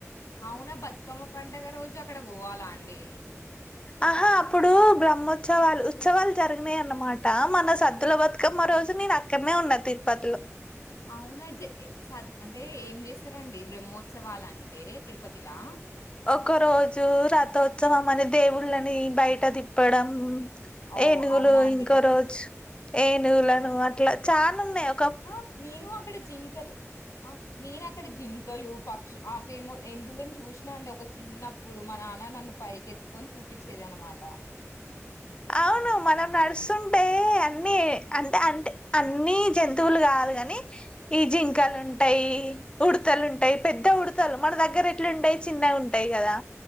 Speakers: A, on the left; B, on the left.
A: అవునా బతుకమ్మ పండుగ రోజు అక్కడ పోవాలా అండి
B: ఆహా అప్పుడు బ్రహ్మోత్సవాలు ఉచ్చవాలు జరిగినాయి అన్నమాట మొన్న సద్దుల బతుకమ్మ రోజు నేను అక్కడ్నే ఉన్నా తిరుపతిలో
A: అవునా జ స అంటే ఏం చేస్తారండి బ్రహ్మోత్సవాలు అంటే తిరుపతిలా
B: ఒక్క రోజు రథోత్సవం అని దేవుళ్ళని బయట తిప్పడం
A: ఓహ్!
B: ఏనుగులు
A: అవునా అండి.
B: ఇంకో రోజ్ ఏనుగులను అట్లా చానున్నాయ్
A: ఆ నేను అక్కడ జింకలు ఆ నేన్ అక్కడ జింకలు పక్ష్ అవేమో ఏనుగులను జూషిన అండి ఒక చిన్నప్పుడు మా నాన్న నన్ను పైకేత్తుకొని చూపించేద న్నమాట
B: అవును మనం నడుస్తుంటే అన్ని అంటే అంటే అన్ని జంతువులు కాదు క కానీ ఈ జింకలు ఉంటాయి, ఉడతలు ఉంటాయి. పెద్ద ఉడతలు మన దగ్గర ఏట్లుండయి చిన్నగుంటాయి గదా